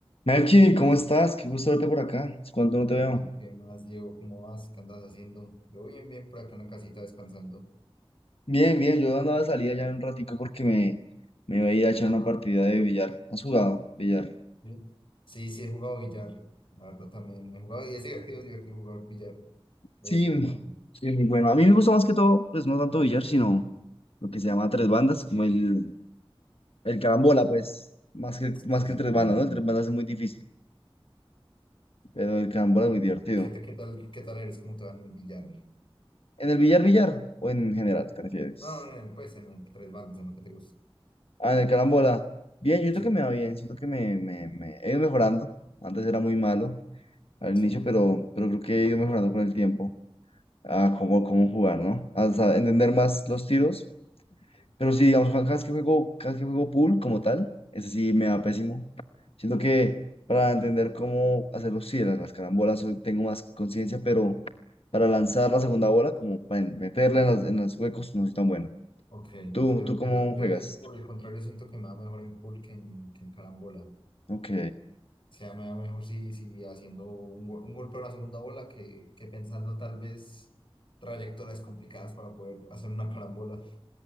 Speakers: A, on the left (about 75°); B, on the left (about 60°).
A: Melkin, ¿cómo estás? Qué gusto verte por acá. ¿Es cuánto no te veo?
B: Ey, ¿qué más, Diego? ¿Cómo vas? ¿Qué andas haciendo? Yo bien, bien, por acá en la casita descansando.
A: Bien, bien, yo andaba de salida ya un ratico porque me, me iba a ir a echar una partida de billar. ¿Has jugado billar?
B: Sí, sí, sí he jugado billar. La verdad también he jugado y es divertido, es divertido jugar billar de
A: Sí,
B: vez en cuando.
A: sí, bueno, a mí me gusta más que todo, pues no tanto billar, sino lo que se llama tres bandas, como el, el carambola, pues, más que, más
B: Sí,
A: que
B: sí,
A: el tres
B: con
A: bandas,
B: amor.
A: ¿no? El tres bandas es muy difícil, pero el carambola es muy divertido.
B: ¿Y qué, te- qué tal, qué tal eres? ¿Cómo te va en el billar?
A: ¿En el billar, billar o en general, te refieres?
B: No, en el, pues en el tres bandas, en lo que te gusta.
A: Ah, en el carambola. Bien, yo siento
B: Sí,
A: que me va bien, siento que me, me, me he ido mejorando. Antes era muy malo, al
B: sí.
A: inicio, pero, pero creo que he ido mejorando con el tiempo a cómo, cómo
B: sí.
A: jugar, ¿no? O sea, entender más los tiros. Pero sí, digamos, cada vez que juego, cada vez que juego pool como tal, ese sí me va
B: Ajá.
A: pésimo. Siento que para entender cómo hacer los cierres, las carambolas, hoy tengo más conciencia, pero para lanzar la segunda bola, como para meterla en las, en los huecos, no soy tan bueno.
B: Ok, interesante.
A: ¿Tú, tú cómo
B: Yo, yo,
A: juegas?
B: por el contrario, siento que me va mejor en pool que en, que en carambola.
A: Ok,
B: sea me- mejor si, si haciendo un, gol- un golpe a una segunda bola que, que pensando tal vez trayectorias complicadas para poder hacer una carambola.